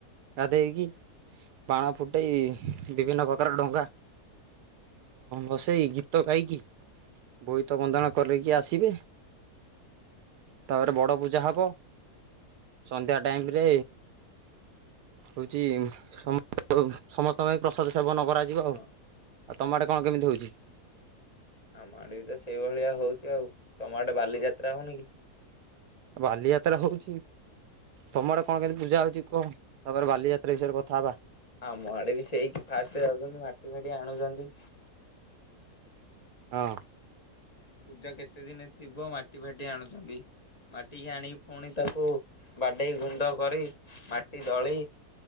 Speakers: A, on the right (about 85°); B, on the left (about 30°).
A: ଗାଧେଇକି ବାଣ ଫୁଟେଇ ବିଭିନ୍ନ ପ୍ରକାର ଡଙ୍ଗା ବସେଇ ଗୀତ ଗାଇକି ବୋଇତ ବନ୍ଦାଣ କରକି ଆସିବେ। ତାପରେ ବଡ ପୂଜା ହବ ସନ୍ଧ୍ୟା ଟାଇମ ରେ ହଉଛି ସମ ସମସ୍ତଙ୍କ ପ୍ରସାଦ ସେବନ କରାଯିବ
B: ହଁ।
A: ଆଉ ଆଉ ତମେ ଆଡ଼େ କ କଣ କେମିତି ହଉଛି?
B: ଆମ ଆଡେ ବି ତ ସେଇଭଳିଆ ହଉଚି ଆଉ ତମ ଆଡ଼େ ବାଲିଯାତ୍ରା ହଉନି କି?
A: ବାଲିଯାତ୍ରା ହଉଚି ତମର କଣ କେମିତି ପୂଜା ହଉଛି କୁହ ତାପରେ ବାଲିଯାତ୍ରା ବିଷୟରେ କଥା ହବା।
B: ଆମ ଆଡେ ବି ସେଇକି ଫାଷ୍ଟ ଯାଉଛନ୍ତି ମାଟି ଫାଟି ଆଣୁଛନ୍ତି।
A: ହଁ।
B: ପୂଜା କେତେ ଦିନ ଥିବ ମାଟି ଫାଟି ଆଣୁଛନ୍ତି ମାଟିିକି ଆଣିକି ପୁଣି ତାକୁ ବାଡେଇ ଗୁଣ୍ଡ କରି ମାଟି ଦଳି